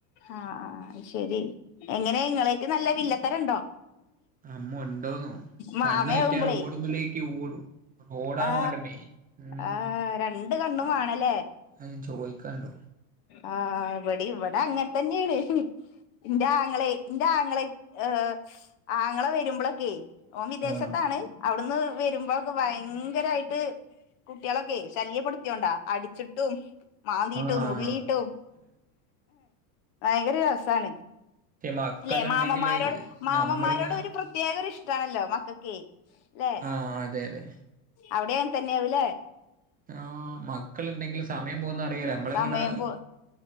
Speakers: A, on the left; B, on the right.
A: ആ ആ അ അഹ് ശെരി എങ്ങനെ ഇങ്ങളേറ്റ് നല്ല വില്ലത്തരണ്ടോ
B: അമ്മ ഉണ്ടോന്നോ
A: മാമേ
B: കണ്ണ് തെറ്റിയ
A: കുമ്പളെ
B: റോഡുമ്പിലേക്ക് ഓടും റോഡാണോ
A: ആ
B: അവന്റെ മെയിൻ ഉം
A: ആ രണ്ട് കണ്ണും വാണല്ലേ
B: അയിൻ ചോയിക്കാണ്ടു
A: ആ ഇവടീം ഇവടങ്ങൻതന്നേണ് ന്റെ ആങ്ങളെ ന്റെ ആങ്ങളെര് ഏ ആങ്ങള വരുമ്പളൊക്കെ ഓ വിദേശത്താണ്
B: ആഹ്
A: അവിടുന്ന് വരുമ്പോക്കെ ഭയങ്കരായിട്ട് കുട്ടികളൊക്കെ ശല്യപ്പെടുത്തിയോണ്ടാ അടിച്ചിട്ടും മാന്തീട്ടും
B: ആഹ്
A: നുള്ളീട്ടും ഭയങ്കര രസാണ്
B: പക്ഷെ മക്കളുണ്ടെങ്കില്
A: അല്ലെ മാമമ്മാരോട് മാമമ്മാരോട്
B: നമ്മളിങ്ങനെ
A: ഒരു പ്രത്യേക ഒരു ഇഷ്ടണല്ലോ മക്കക്കേയ് ല്ലെ
B: ആഹ് അതെ അതെ
A: അവിടെയൻതന്നേവും ലേ
B: ആ മക്കളുണ്ടെങ്കിലും സമയം പോകന്നറിയേല നമ്മളിങ്ങനെ
A: സമയം പോ